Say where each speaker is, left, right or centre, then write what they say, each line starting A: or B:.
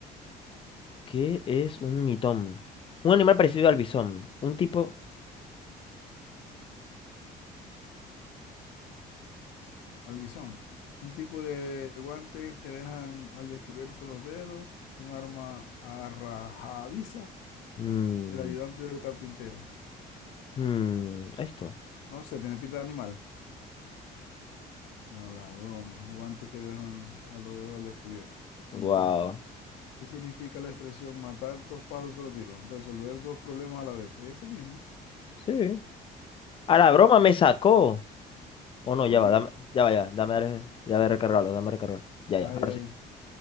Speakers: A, on the left; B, on the left.
A: ¿Qué es un mitón? Un animal parecido al bisón. Un tipo.
B: Albizón. Un tipo de guantes que dejan al descubierto los dedos. Un arma arrajadiza.
A: Mm,
B: El ayudante del carpintero.
A: mm, esto.
B: No sé, tiene pinta de animal. A la broma. Un guante que dejan a los dedos al descubierto.
A: Wow.
B: Mitón. ¿Qué significa la expresión matar dos pájaros de un solo tiro? Resolver dos problemas a la vez. Ese mismo.
A: Sí. A la broma me sacó. O no,
B: ¿Por
A: ya va,
B: qué?
A: dame, ya va, ya. Dame, re- ya va a recargarlo, dame a recargar. Ya,
B: Ay,
A: ya, ahora
B: ay.
A: sí.